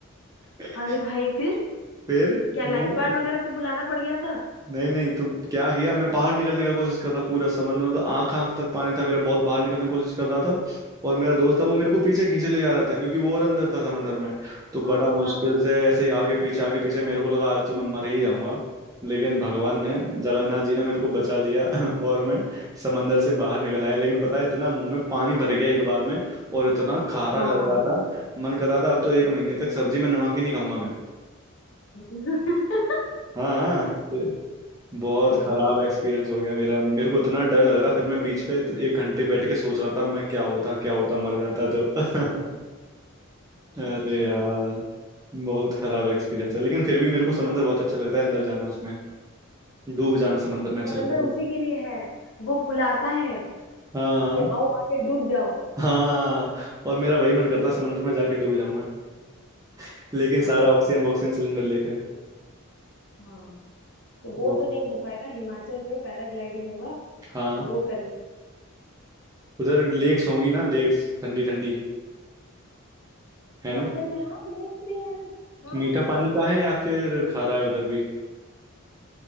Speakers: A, on the right; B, on the left.
A: <laughs>
B: अरे भाई फिर
A: फिर
B: क्या लाइफ
A: मैं
B: गार्ड वगैरह को बुलाना पड़ गया था
A: नहीं नहीं तो क्या किया मैं बाहर निकलने का कोशिश कर रहा पूरा समंदर में तो आंख आंख तक पानी था मेरा बहुत बाहर निकलने की कोशिश कर रहा था और मेरा दोस्त था वो मेरे को पीछे खींचे ले जा रहा था क्योंकि वो और अंदर था समंदर में तो
B: हाँ
A: बड़ा मुश्किल
B: हाँ
A: से ऐसे ही आगे पीछे आगे पीछे मेरे को लगा आज तो मैं मर ही जाऊंगा लेकिन भगवान ने जगन्नाथ जी ने मेरे को बचा लिया <laughs> और मैं समंदर से बाहर निकल आया लेकिन पता है इतना मुंह में पानी भर गया एक बार में और इतना खारा
B: हाँ
A: लग रहा था मन कर रहा था अब तो एक महीने तक सब्जी में नमक ही नहीं खाऊंगा मैं
B: <laughs>
A: हाँ हाँ। बहुत
B: अच्छा,
A: खराब एक्सपीरियंस हो गया मेरा मेरे को इतना डर लग रहा फिर मैं बीच पे तो एक घंटे बैठ के सोच रहा था मैं क्या होता क्या होता मर जाता तो <laughs> अरे
B: अच्छा
A: यार बहुत खराब एक्सपीरियंस है लेकिन फिर भी मेरे को समंदर बहुत अच्छा लगता है अंदर जाना उसमें डूब जाना समंदर
B: हाँ,
A: में अच्छा
B: समंदर
A: लगता है मेरे
B: उसी
A: को
B: के लिए है वो बुलाता है
A: हाँ
B: कि आओ आके डूब जाओ
A: हाँ और मेरा वही मन करता है समंदर में जाके डूब जाऊंगा <laughs> लेकिन सारा
B: हाँ
A: ऑक्सीजन वॉक्सीजन सिलेंडर लेकर
B: हाँ तो वो
A: वो
B: तो नहीं हो पाएगा हिमाचल में पैराग्लाइडिंग होगा तो
A: हाँ
B: वो कर
A: उधर लेक्स होंगी ना लेक्स ठंडी ठंडी है
B: हिमाचल
A: ना
B: में हाँ लेक भी है ना हाँ
A: मीठा
B: हाँ
A: पानी
B: है
A: का है या फिर खारा है उधर भी